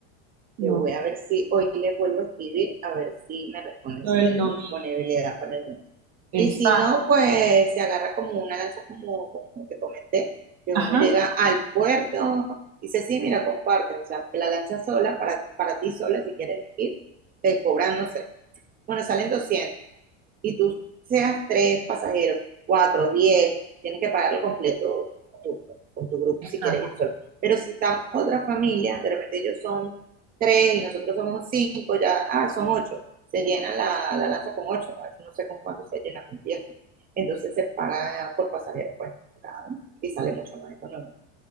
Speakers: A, on the right; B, on the right.
A: No,
B: Yo voy a ver si hoy les vuelvo a escribir, a ver si me responden
A: lo
B: si
A: del
B: tienen
A: domingo.
B: disponibilidad para el lunes
A: exacto
B: Y si no, pues se agarra como una lancha, como, como te comenté, que
A: Ajá.
B: uno llega al puerto, y dice, sí, mira, comparte, o sea, porque la lancha sola, para, para ti sola, si quieres ir, te cobran, no sé, bueno, salen 200 y tú seas tres pasajeros, cuatro, diez, tienes que pagarlo completo tú, con tu grupo
A: ajá.
B: si quieres ir solo. Pero si está otra familia, de repente ellos son tres y nosotros somos cinco, ya, ah, son ocho, se llena la, la lancha con ocho, no sé con cuánto se llena con diez. ¿no? Entonces se paga por pasajero, pues, ¿no? y sale mucho más económico.